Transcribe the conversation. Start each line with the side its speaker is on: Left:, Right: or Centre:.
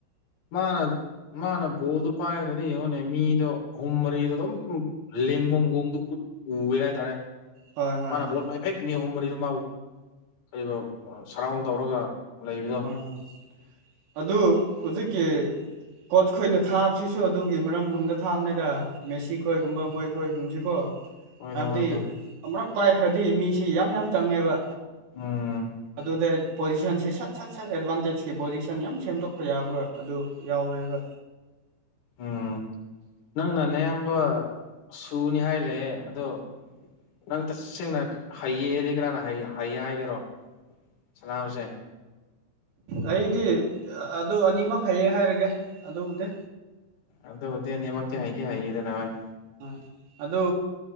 Left: ꯃꯥꯅ ꯃꯥꯅ ꯣꯜꯗ ꯄꯥꯏꯔ ꯌꯦꯡꯉꯣꯅꯦ ꯃꯤꯗꯣ ꯑꯍꯨꯝ ꯃꯔꯤꯗꯣ ꯑꯗꯨꯝ ꯂꯦꯡꯕ ꯃꯒꯣꯡꯗꯣ ꯎ ꯎꯋꯦ ꯍꯥꯏꯇꯥꯔꯦ
Right: ꯍꯣꯏ ꯍꯣꯏ
Left: ꯃꯥꯅ
Right: ꯍꯣꯏ
Left: ꯕꯣꯜ ꯄꯥꯏ ꯍꯦꯛ ꯃꯤ ꯑꯍꯨꯝ ꯃꯔꯤꯗ ꯃꯥꯕꯨ ꯀꯔꯤꯕ ꯁꯔꯥꯎꯟ ꯇꯧꯔꯒ ꯂꯩꯕꯗꯣ
Right: ꯍꯣꯏ ꯍꯣꯏ ꯑꯗꯨ ꯍꯧꯖꯤꯛꯀꯤ ꯀꯣꯆ ꯈꯣꯏꯅ ꯊꯥꯕꯁꯤꯁꯨ ꯑꯗꯨꯒꯤ ꯃꯔꯝꯒꯨꯝꯗ ꯊꯥꯕꯅꯦꯗ ꯃꯦꯁꯤ ꯈꯣꯏꯒꯨꯝꯕ ꯃꯣꯏ ꯈꯣꯏꯒꯨꯝꯕꯁꯤ ꯀꯣ
Left: ꯍꯣꯏꯗ
Right: ꯍꯥꯏꯕꯗꯤ
Left: ꯍꯣꯏꯗ
Right: ꯑꯃꯨꯛ ꯄꯥꯏꯈ꯭ꯔꯗꯤ ꯃꯤꯁꯤ ꯌꯥꯝ ꯌꯥꯝ ꯆꯪꯉꯦꯕ
Left: ꯎꯝ
Right: ꯑꯗꯨ ꯑꯗꯨꯗ ꯄꯣꯖꯤꯁꯟꯁꯤꯁꯠ ꯁꯠ ꯁꯠ ꯑꯦꯗꯚꯥꯟꯇꯦꯖꯀꯤ ꯄꯣꯖꯤꯁꯟ ꯌꯥꯝ ꯁꯦꯝꯗꯣꯛꯄ ꯌꯥꯕ ꯑꯗꯨ ꯌꯥꯎꯔꯦꯕ
Left: ꯎꯝ ꯅꯪꯅꯅꯌꯥꯝꯕ ꯁꯨꯅꯤ ꯍꯥꯏꯂꯦ ꯑꯗꯣ ꯅꯪ ꯇꯁꯦꯡꯅ ꯍꯩꯌꯦ ꯍꯥꯏꯔꯤ ꯀꯅꯥꯅ ꯍꯩꯌꯦ ꯍꯥꯏꯒꯦꯔꯣ ꯁꯅꯥꯕꯁꯦ
Right: ꯑꯩꯗꯤ ꯑꯗꯨ ꯑꯅꯤꯃꯩꯌꯦ ꯍꯥꯏꯔꯒꯦ ꯑꯗꯨꯕꯨꯗꯤ
Left: ꯑꯗ ꯍꯧꯗꯦꯅꯤꯃ ꯍꯥꯏꯗꯤ ꯍꯥꯏꯗ ꯅꯋꯥ
Right: ꯑ ꯑꯗꯨ